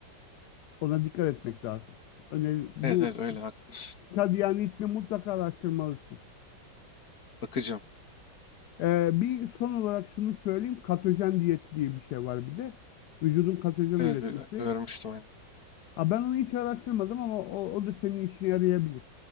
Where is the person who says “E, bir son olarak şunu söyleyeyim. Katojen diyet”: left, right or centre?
Left